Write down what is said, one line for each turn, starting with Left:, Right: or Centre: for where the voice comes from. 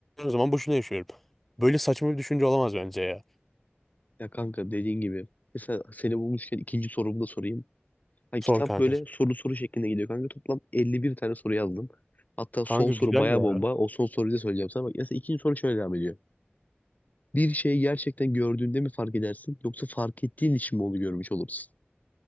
Centre: o zaman boşuna yaşıyorum. Böyle saçma bir düşünce olamaz bence ya.
Left: Ya kanka dediğin gibi mesela seni bulmuşken ikinci sorumu da sorayım. Hani
Centre: Sor
Left: kitap
Centre: kanka.
Left: böyle soru soru şeklinde gidiyor kanka. Toplam 51 tane soru yazdım. Hatta
Centre: Kanka
Left: son soru
Centre: güzel
Left: baya
Centre: ya.
Left: bomba. O son soruyu da söyleyeceğim sana. Bak mesela ikinci soru şöyle devam ediyor. Bir şeyi gerçekten gördüğünde mi fark edersin yoksa fark ettiğin için mi onu görmüş olursun?